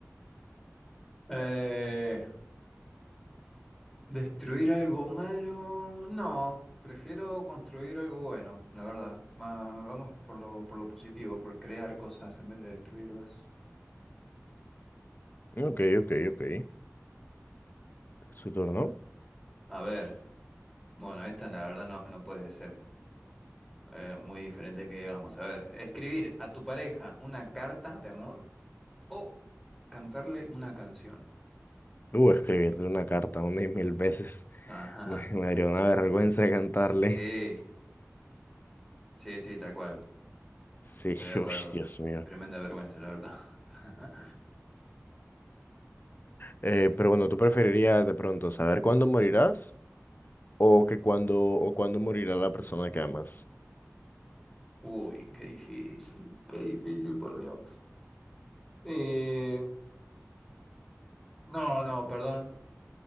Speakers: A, in the centre; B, on the left.
A: Eh, ¿Destruir algo malo? No, prefiero construir algo bueno, la verdad. Ma- vamos por lo, por lo positivo, por crear cosas en vez de destruirlas.
B: Ok, ok, ok. su turno?
A: A ver, bueno, esta la verdad no, no puede ser eh, muy diferente que digamos. A ver, escribir a tu pareja una carta de amor o cantarle una canción.
B: Uh, escribirle una carta una y mil veces.
A: Ajá.
B: <laughs> Me, me daría una vergüenza cantarle.
A: Sí, sí, sí, tal cual.
B: Sí,
A: Estoy
B: <laughs>
A: de acuerdo.
B: uy, Dios mío.
A: Tremenda vergüenza, la verdad. <laughs>
B: Eh, pero bueno, ¿tú preferirías de pronto saber cuándo morirás o que cuándo o cuándo morirá la persona que amas?
A: Uy, qué difícil, qué difícil, por Dios. Eh, no, no, perdón,